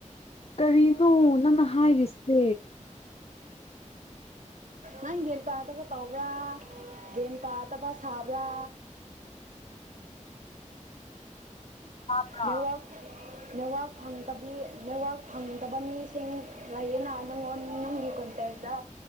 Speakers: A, on the left; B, on the right.
A: ꯀꯔꯤꯅꯣ ꯅꯪꯅ ꯍꯥꯏꯔꯤꯁꯦ
B: ꯅꯪ ꯒꯌꯥꯟ ꯇꯥꯗꯕ ꯇꯧꯕ꯭ꯔꯥ ꯒꯌꯥꯟ ꯇ ꯇꯗꯕꯥ ꯁꯥꯕ꯭ꯔꯥ
A: ꯇꯥꯕ꯭ꯔꯥ
B: ꯅꯦꯠꯋꯥꯥꯛ ꯅꯦꯠꯋꯥꯛ ꯐꯪꯗꯕꯤ ꯅꯦꯠꯋꯥꯛ ꯐꯪꯗꯕ ꯃꯤꯁꯤꯡ ꯂꯩꯌꯦꯅ ꯅꯪꯉꯣꯟ ꯅꯪꯒꯤ ꯀꯣꯟꯇꯔꯗ